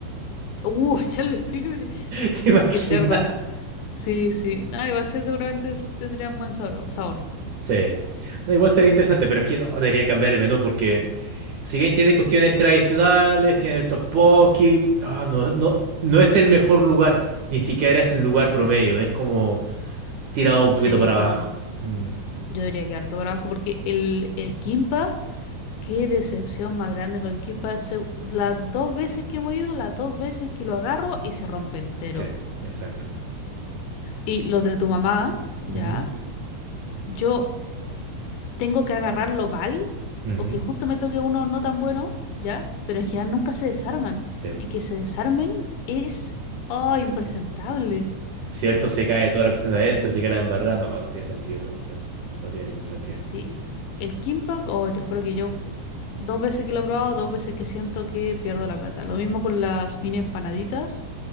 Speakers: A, on the left; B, on the right.
A: Uh, <laughs> echarle pibre.
B: <laughs> ¿Te imaginas?
A: Qué, qué cerdo. Sí, sí. No, igual sí, seguramente es- tendría un buen sabor. sabor.
B: Sí. No, igual sería interesante, pero es que no debería cambiar el menú porque si bien tiene cuestiones tradicionales, tiene el tteokbokki, ah, no, no, no es el mejor lugar, ni siquiera es un lugar promedio, es como tirado un poquito
A: Sí,
B: para
A: como
B: abajo. Mm,
A: yo diría que harto para abajo, porque el, el kimbap, qué decepción más grande con el kimbap. Se- las dos veces que hemos ido, las dos veces que lo agarro y se rompe entero.
B: sí, exacto.
A: Y los de tu mamá, ya.
B: Ujú,
A: Yo tengo que agarrarlo mal
B: ujú,
A: o que justo me toque uno no tan bueno, ¿ya? Pero en general nunca se desarman.
B: sí, po.
A: Y que se desarmen es, oh, impresentable.
B: Cierto, se cae toda la cuestión de adentro, te queda la embarrada, no, no tiene sentido esa cuestión, no tiene ningún sentido.
A: Sí, el kimbap, oh, te juro que yo dos veces que lo he probado, dos veces que siento que pierdo la plata. Lo mismo con las mini empanaditas,